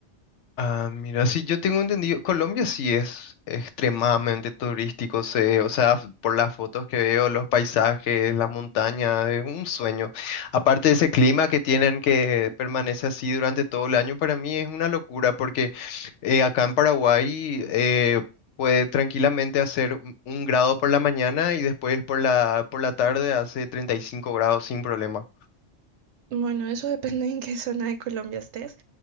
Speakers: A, on the left; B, on the right.
A: Ah, mira, sí, yo tengo entendido, Colombia sí es extremadamente turístico, sé, o sea, f- por las fotos que veo, los paisajes, las montañas, es un sueño. Aparte de ese clima que tienen que permanece así durante todo el año, para mí es una locura porque eh, acá en Paraguay eh, puede tranquilamente hacer un, un grado por la mañana y después por la, por la tarde hace 35 grados sin problema.
B: Bueno, eso depende en qué zona de Colombia estés,